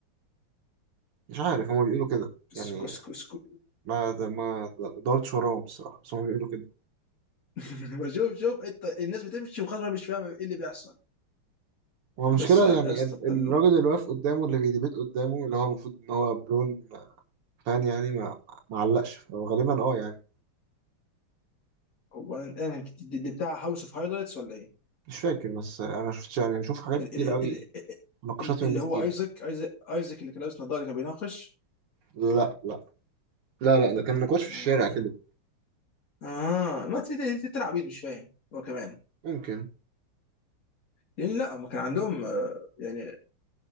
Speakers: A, on the right; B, on the left.
A: مش عارف هما بيقولوا كده
B: اسكو
A: يعني
B: اسكو اسكو
A: ما ما دورتش وراهم الصراحة بس هما بيقولوا كده
B: <laughs> بشوف شوف انت الناس بتمشي وخلاص مش فاهمه ايه اللي بيحصل
A: هو المشكلة
B: بس لا يا
A: يعني
B: اسطى
A: ال-
B: ال-
A: الراجل اللي واقف قدامه اللي بيديبيت قدامه اللي هو المفروض إن هو برون فان يعني ما ما ما علقش فهو غالبا أه يعني
B: هو انا دي دي بتاع هاوس اوف هايلايتس ولا ايه؟
A: مش فاكر بس أنا شفت يعني بشوف حاجات
B: ال-
A: كتير
B: ال-
A: أوي
B: ال-
A: نقاشات
B: ال- اللي
A: من دي
B: هو
A: كتير
B: ايزك ايزك ايزك اللي كان لابس نظاره كان بيناقش
A: لا لا لا لا ده كان نقاش في
B: اه
A: الشارع كده
B: آه، ما تلعب عبيط مش فاهم هو كمان
A: ممكن
B: لان لا هم كان عندهم آه، يعني